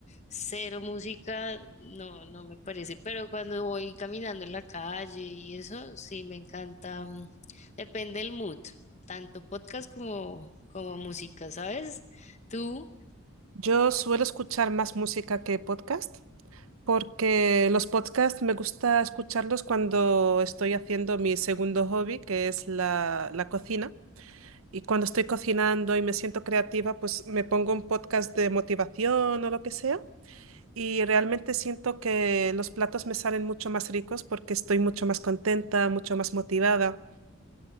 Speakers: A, on the left; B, on the right.
A: cero música, no, no me parece. Pero cuando voy caminando en la calle y eso, sí me encanta. mm, Depende del mood, tanto podcast como, como música, ¿sabes? Tú,
B: Yo suelo escuchar más música que podcast porque los podcasts me gusta escucharlos cuando estoy haciendo mi segundo hobby, que es la, la cocina. Y cuando estoy cocinando y me siento creativa, pues me pongo un podcast de motivación o lo que sea. Y realmente siento que los platos me salen mucho más ricos porque estoy mucho más contenta, mucho más motivada.